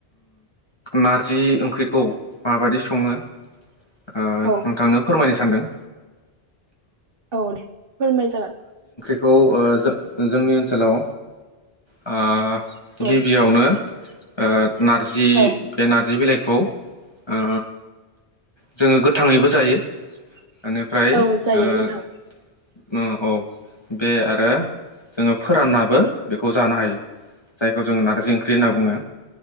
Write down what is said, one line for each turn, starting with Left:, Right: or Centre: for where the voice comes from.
Left: नारजि ओंख्रि खौ माबादि सङो ओ
Right: औ
Left: नोंथांनो फोरमायनो सानदों।
Right: औ दे फोरमाय जागोन
Left: खौ ओ जों जोंनि ओनसोलाव आ गिबियावनो
Right: औ
Left: ओ नारजि
Right: औ
Left: बे नारजि बिलाइ खौ ओ जोङो गोथाङैबो जायो। एनिफ्राय
Right: औ जायो
Left: ओ
Right: नोंथां
Left: उम औ बे आरो जोङो फोराननाबो बेखौ जानो हायो जायखौ जोङो नारजि ओंख्रि होनना बुङो।